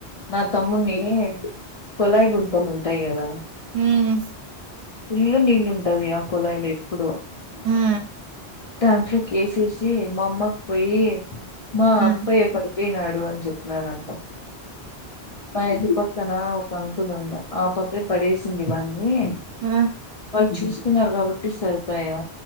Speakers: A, on the left; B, on the right.
A: నా తమ్ముని కొళాయి గుంటలు ఉంటాయి కదా
B: హ్మ్
A: ఫుల్ నీళ్ళు ఉంటది ఆ కుళయి లా ఎప్పుడు
B: ఉహు
A: దాంట్లోకి ఎసేసి మా అమ్మకు పోయి మా
B: హ్మ్
A: అప్పయ్య పడిపోయినాడు అని చెప్ నేను అంట మా ఇంటి పక్కన పక్కన ఒక అంకుల్ ఉండే ఆ పాపే పడేసింది వాన్ని
B: ఆ
A: వాళ్ళు చూసి కున్నారు కాబట్టి సరిపోయా